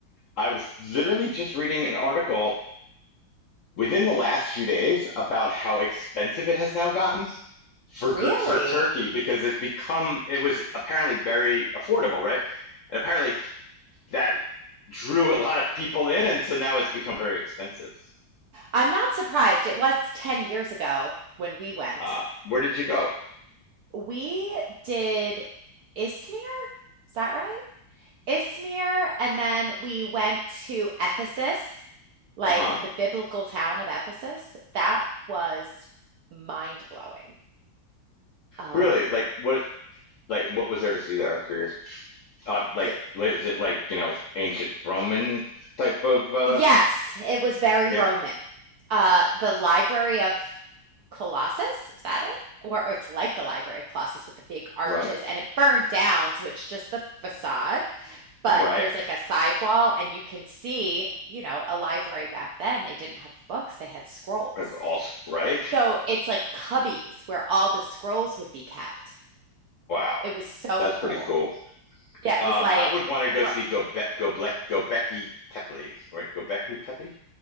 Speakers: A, on the left (about 65°); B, on the right (about 75°).
A: I was literally just reading an article within the last few days about how expensive it has now gotten for
B: Really?
A: for Turkey because it's become it was apparently very affordable, right? And apparently that drew a lot of people in, and so now it's become very expensive.
B: I'm not surprised. It was 10 years ago when we went.
A: Uh, where did you go?
B: We did Izmir. Is that right? Ismir, and then we went to Ephesus, like
A: Uh huh.
B: the biblical town of Ephesus. That was mind blowing. Um,
A: Really? Like what? Like what was there to see there? I'm curious. Uh, like
B: th-
A: is it like you know ancient Roman type of? uh
B: yes, it was very
A: Yeah.
B: Roman. Uh, the Library of Colossus, is that it? Or, or it's like the Library of Colossus with the big arches,
A: Right.
B: and it burned down, so it's just the facade. But
A: Right.
B: there's like a sidewall, and you can see, you know, a library back then. They didn't have books, they had scrolls.
A: That's All right.
B: So it's like cubbies where all the scrolls would be kept.
A: Wow.
B: It was so
A: That's
B: cool.
A: pretty cool.
B: Yeah, it
A: Um,
B: was like,
A: I would want to
B: ro-
A: go see Göbek Göbek Göbekli Tepe, right? Göbekli Tepe,